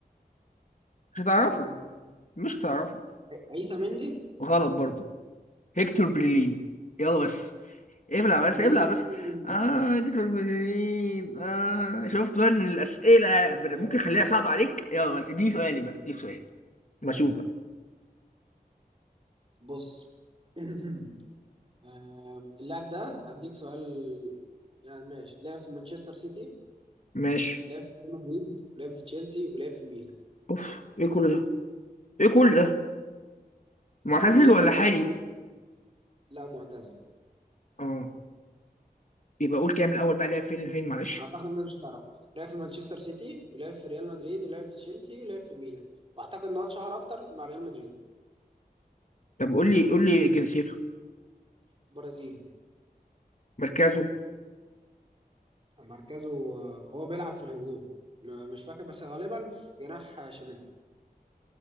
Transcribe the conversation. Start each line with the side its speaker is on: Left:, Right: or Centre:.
Left: مش هتعرفه
Right: آه.
Left: مش هتعرفه
Right: عيسى مندي
Left: غلط برضه هيكتور بريلين يلا بس ابلع بس
Right: بليز.
Left: ابلع بس اه هيكتور بريلين اه شفت بقى ان الاسئله بت-
Right: آه،
Left: ممكن
Right: آه.
Left: اخليها صعبه عليك يلا بس اديني سؤالي بقى اديني سؤالي ما
Right: آه.
Left: اشوف بقى
Right: بص <coughs> <clears throat> آه، اللاعب ده اديك سؤال يعني ماشي لعب في مانشستر سيتي
Left: ماشي
Right: لعب في ريال مدريد ولعب في تشيلسي ولعب في ميلان
Left: اوف ايه كل ده ايه كل ده معتزل
Right: ولعب
Left: ولا حالي
Right: في لا معتزل
Left: اه يبقى قول كده من الاول بقى لعب فين لفين معلش
Right: اعتقد الناس مش هتعرف لعب في مانشستر سيتي ولعب في ريال مدريد ولعب في تشيلسي ولعب في ميلان واعتقد ان هو اتشهر اكتر مع ريال مدريد
Left: طب قول لي قول لي جنسيته
Right: برازيلي
Left: مركزه
Right: مركزه آه، هو بيلعب في الهجوم م- مش فاكر بس غالبا جناح آه، شمال